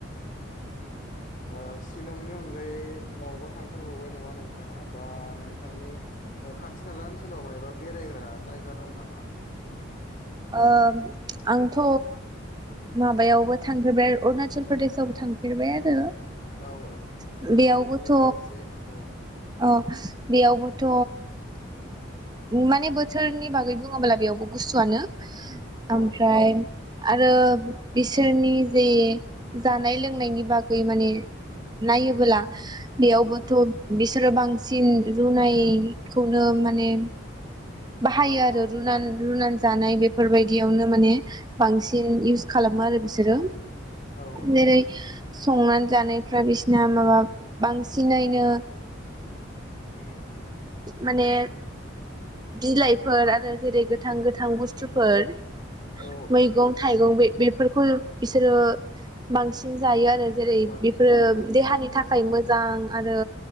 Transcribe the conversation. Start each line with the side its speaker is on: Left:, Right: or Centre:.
Left: ओ सि लंनि अनगायै बबावबा थांथारबावबाय नामा नोंथाङा बा नोंथांनि खाथि खाला ओनसोलाव मायबा बेरायग्रा जायगा दं नामा
Right: ओ आंथ' माबायावबो थांफेरबाय अरुणाचल प्रदेशआवबो थांफेरबाय आरो
Left: औ औ होनबा
Right: बेयावबोथ'
Left: बेनि बागै एसे औ
Right: अ बेयावबोथ' माने बोथोरनि बागै बुङोब्ला बेयावबो गुसुआनो
Left: औ
Right: ओमफ्राय
Left: औ
Right: आरो बिसोरनि जे जानाय लोंनायनि बागै माने नायोबोला
Left: उम उम
Right: बेयावबोथ'
Left: उम
Right: बि सोरो बांसिन रुनायखौनो माने बाहायो
Left: औ
Right: आरो
Left: औ
Right: रुनान-रुनान जानाय बेफोरबायदियावनो माने बांसिन
Left: उम उम
Right: इउस खालामो आरो बिसो रो।
Left: औ औ
Right: जेरै संनानै जानायफ्रा बिसिना माबा बांसिनैनो
Left: उम उ।
Right: माने बिलाइफोर आरो जेरै गोथां गोथां बुस्थुफोर
Left: औ
Right: मैगं थाइगं बै बेफोरखौ बिसोरो बांसिन जायो आरो जेरै
Left: बांसिन
Right: बेफोरो
Left: जायो
Right: देहानि
Left: औ
Right: थाखाय मोजां। आरो।